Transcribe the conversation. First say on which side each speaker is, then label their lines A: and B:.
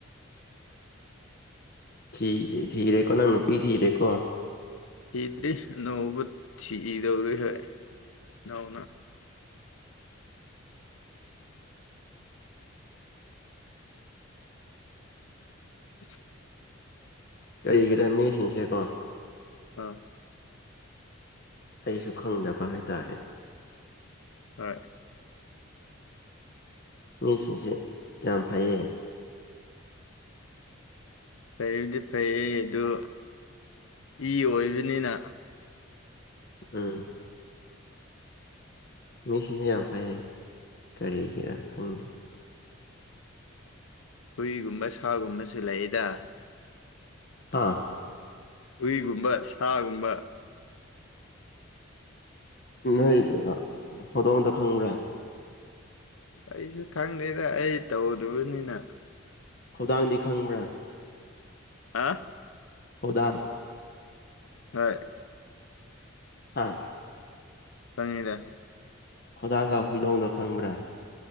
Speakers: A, on the left (about 45°); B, on the left (about 80°).
A: ꯊꯤ ꯊꯤꯔꯦꯀꯣ ꯅꯪ ꯅꯨꯄꯤ ꯊꯤꯔꯦꯀꯣ
B: ꯊꯤꯗ꯭ꯔꯤ ꯑꯅꯧꯕ ꯊꯤꯗꯧꯔꯤ ꯍꯣꯏ ꯅꯅꯥꯎꯅ <unintelligible>
A: ꯀꯔꯤꯒꯤꯔꯦ ꯃꯤꯁꯤꯡꯁꯦꯀꯣ
B: ꯑ
A: ꯑꯩꯁꯨ ꯈꯪꯗꯕ ꯍꯥꯏꯇꯥꯔꯦ
B: ꯍꯣꯏ
A: ꯃꯤꯁꯤꯡꯁ‌ꯦ ꯌꯥꯝ ꯐꯩꯌ‌ꯦ
B: ꯐꯩꯕꯨꯗꯤ ꯐꯩ ꯑꯗꯨ ꯏ ꯑꯣꯏꯕꯅꯤꯅ
A: ꯎꯝ ꯃꯤꯁꯤꯡꯁ‌ꯦ ꯌꯥꯝ ꯐꯩꯌꯦ ꯀꯔꯤꯒꯤꯔꯥ ꯈꯪꯗꯦ
B: ꯍꯨꯏꯒꯨꯝꯕ ꯁꯥꯒꯨꯝꯕꯁꯨ ꯂꯩꯗ
A: ꯍꯥꯥ
B: ꯍꯨꯏꯒꯨꯝꯕ ꯁꯥꯒꯨꯝꯕ
A: ꯅꯣꯏ ꯍꯧꯗꯣꯡꯗꯨ ꯈꯪꯕ꯭ꯔꯥ
B: ꯑꯩꯁꯨ ꯈꯪꯗꯦꯗ ꯑꯩ ꯇꯧꯗꯕꯅꯤꯅ
A: ꯍꯧꯗꯥꯡꯗꯤ ꯈꯪꯕ꯭ꯔꯥ
B: ꯍꯥ
A: ꯍꯧꯗꯥꯡ
B: ꯍꯣꯏ
A: ꯑꯥ
B: ꯄꯪꯉꯤꯗ
A: ꯍꯧꯗꯥꯡꯒ ꯍꯨꯏꯗꯣꯡꯗꯣ ꯈꯪꯕ꯭ꯔꯥ